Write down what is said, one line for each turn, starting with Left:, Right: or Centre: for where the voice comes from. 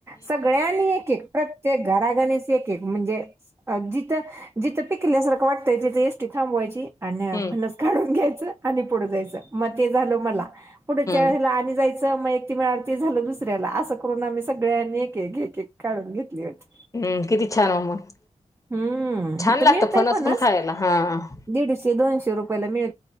Right: सगळ्यांनी एक एक प्रत्य ते घराघणेस एक एक म्हणजे अ जिथं जिथं पिकल्यासारखं वाटतंय तिथं एसटी थांबवायची आन
Left: हम्म. हम्म.
Right: फनस काढून घ्याय चं आणि पुढं जायचं म ते झालं मला पुढच्या
Left: हम्म.
Right: येळला आनि जाय चं म एक ते मिळालं ते झालं दुसऱ्याला. असं करून आम्ही सगळ्यांनी एक एक एक एक काढून घेतली होती.
Left: हम्म किती छान ओ मग.
Right: हम्म
Left: छान
Right: हितं
Left: लागतं
Right: मिळतय फणस
Left: पण खायला. हां.
Right: दीडशे दोनशे रुपयाला मिळ